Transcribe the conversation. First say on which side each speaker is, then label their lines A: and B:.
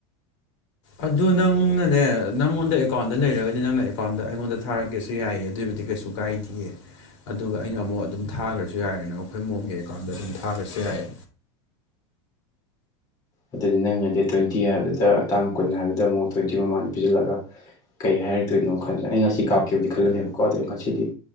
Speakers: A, on the left (about 80°); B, on the left (about 25°).
A: ꯑꯗꯨ ꯅꯪꯅꯅꯦ ꯅꯪꯉꯣꯟꯗ ꯑꯦꯀꯥꯎꯟꯗ ꯂꯩꯔꯒꯗꯤ ꯅꯪꯅ ꯑꯦꯀꯥꯎꯟꯗ ꯑꯩꯉꯣꯟꯗ ꯊꯥꯔꯒꯦꯁꯨ ꯌꯥꯏꯌꯦ ꯑꯗꯨꯏꯕꯨꯗꯤ ꯀꯩꯁꯨ ꯀꯥꯏꯗꯦ ꯑꯗꯨꯒ ꯑꯩꯅ ꯑꯃꯨꯛ ꯑꯗꯨꯝ ꯊꯥꯈ꯭ꯔꯁꯨ ꯌꯥꯔꯦꯅ ꯑꯩꯈꯣꯏ ꯃꯥꯝꯒꯤ ꯑꯦꯀꯥꯎꯟꯗ ꯑꯗꯨꯝ ꯊꯥꯈ꯭ꯔꯁꯨ ꯌꯥꯏ
B: ꯑꯗꯨꯗꯤ ꯅꯪꯅꯗꯤ ꯇ꯭ꯋꯦꯟꯇꯤ ꯍꯥꯏꯕꯗꯨꯗ ꯇꯥꯡ ꯀꯨꯟ ꯍꯥꯏꯕꯗꯨꯗ ꯑꯃꯨꯛ ꯇ꯭ꯋꯦꯟꯇꯤ ꯃꯃꯥꯡꯗ ꯄꯤꯁꯤꯜꯂꯒ ꯀꯩ ꯍꯥꯏꯔꯛꯇꯣꯏꯅꯣ ꯈꯟꯗ ꯑꯩ ꯉꯁꯤ ꯀꯥꯞꯀꯦꯕꯗꯤ ꯈꯜꯂꯅꯦꯕꯀꯣ ꯑꯗꯨ ꯉꯁꯤꯗꯤ